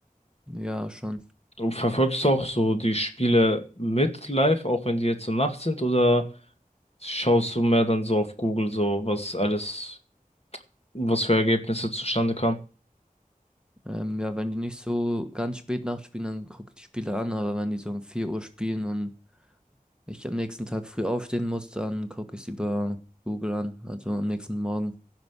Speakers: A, in the centre; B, on the left.
A: Ja, schon.
B: Du verfolgst auch so die Spiele mit live, auch wenn die jetzt so Nacht sind, oder schaust du mehr dann so auf Google, so was alles, was für Ergebnisse zustande kamen?
A: Ähm, ja, wenn die nicht so ganz spät nachspielen, dann gucke ich die Spiele an, aber wenn die so um 4 Uhr spielen und ich am nächsten Tag früh aufstehen muss, dann gucke ich es über Google an, also am nächsten Morgen.